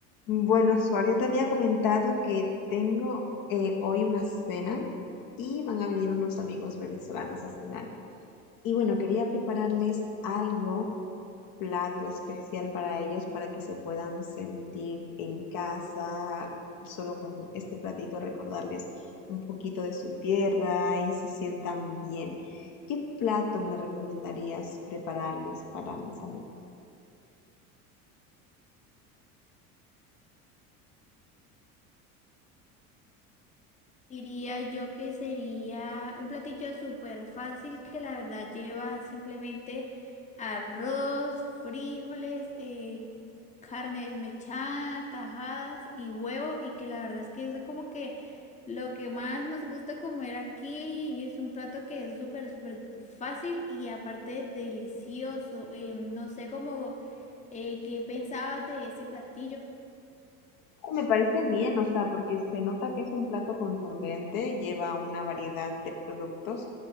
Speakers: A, on the left; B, on the left.
A: Bueno, Suar, yo te había comentado que tengo eh, hoy una cena y van a venir unos amigos venezolanos a cenar. Y bueno, quería prepararles algo, un plato especial para ellos, para que se puedan sentir en casa, solo con este platito recordarles un poquito de su tierra y se sientan bien. ¿Qué plato me recomendarías prepararles para mis amigos?
B: Diría yo que sería un platillo súper fácil que la verdad lleva simplemente arroz, frijoles, eh, carne desmechada, tajadas y huevo y que la verdad es que es como que lo que más nos gusta comer aquí y es un plato que es súper, súper fácil y aparte delicioso. Eh, no sé cómo, eh, qué pensabas de ese platillo.
A: Me parece bien, o sea, porque se nota que es un plato contundente, lleva una variedad de productos